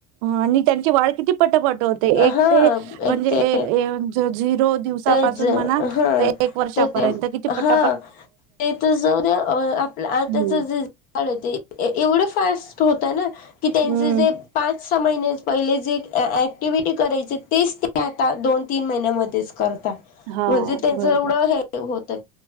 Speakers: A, on the right; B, on the left.
A: आणि त्यांची वाढ किती पटापटा होते. एक
B: हा
A: ते म्हणजे
B: एक
A: ए
B: ते
A: येचा झिरो दिवसापासून
B: तेच
A: म्हणा
B: हा
A: ते एक वर्षापर्यंत
B: तर ते
A: किती पट
B: हा ते तर जाऊ दे. अ आपलं आत्ता
A: हं,
B: चं जे झालं ते ए एवढं फास्ट होतंय ना? की त्यांचे
A: हं.
B: जे पाच सं महिने पहिले जे ऍक्टिव्हिटी करायचे तेच ते आता दोन-तीन महिन्यामध्येच करता
A: हां,
B: म्हणजे त्यांच
A: बरोबर.
B: एवढं हे होतय